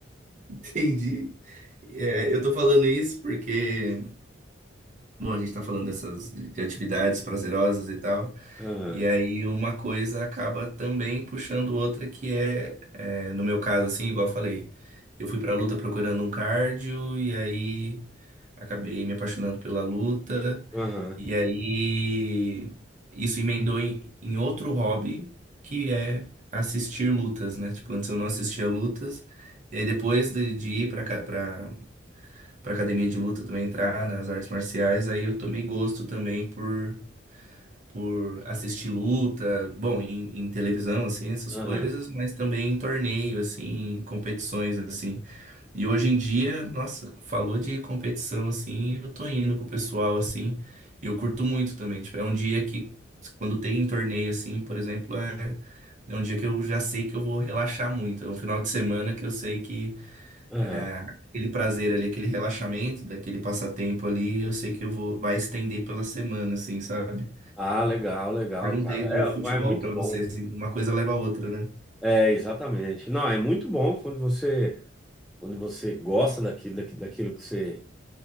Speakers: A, on the right (about 40°); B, in the centre.
A: <laughs> entendi. É, eu tô falando isso porque, bom, a gente tá falando dessas de atividades prazerosas e tal,
B: Aham,
A: e aí uma coisa acaba também puxando outra que é, é, no meu caso, assim, igual eu falei, eu fui pra luta procurando um cardio, e aí acabei me apaixonando pela luta,
B: aham,
A: e aí isso emendou em, em outro hobby, que é assistir lutas, né? Tipo, antes eu não assistia lutas, e aí depois de, de ir pra, cá- pra para academia de luta também entrar nas artes marciais, aí eu tomei gosto também por, por assistir luta, bom, em, em televisão, assim, essas
B: aham,
A: coisas, mas também em torneio, assim, em competições, assim. E hoje em dia, nossa, falou de competição, assim, eu tô indo com o pessoal, assim, e eu curto muito também, tipo, é um dia que, quando tem torneio, assim, por exemplo, é... É um dia que eu já sei que eu vou relaxar muito. É um final de semana que eu sei que
B: aham.
A: é, Aquele prazer ali, aquele relaxamento, daquele passatempo ali, eu sei que eu vou, vai estender pela semana, assim, sabe?
B: Ah, legal, legal,
A: Perguntei
B: cara.
A: do futebol
B: É, é muito
A: pra
B: bom.
A: você, assim, uma coisa leva a outra, né?
B: É, exatamente. Não, é muito bom quando você, quando você gosta daquilo, daqui- daquilo que você,